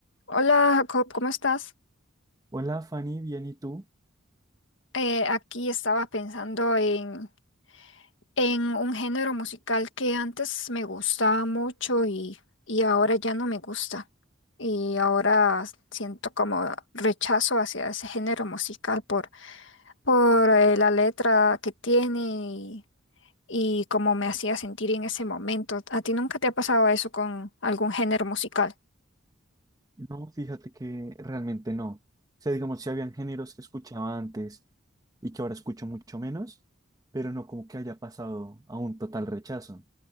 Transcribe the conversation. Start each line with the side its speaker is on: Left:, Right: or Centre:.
Left: Hola Jacob, ¿cómo estás?
Right: Hola Fanny, bien, ¿y tú?
Left: Eh, aquí estaba pensando en, en un género musical que antes me gustaba mucho y, y ahora ya no me gusta. Y ahora siento como rechazo hacia ese género musical por, por eh, la letra que tiene y, y cómo me hacía sentir en ese momento. ¿A ti nunca te ha pasado eso con algún género musical?
Right: No, fíjate que realmente no. O sea, digamos, si habían géneros que escuchaba antes y que ahora escucho mucho menos, pero no como que haya pasado a un total rechazo.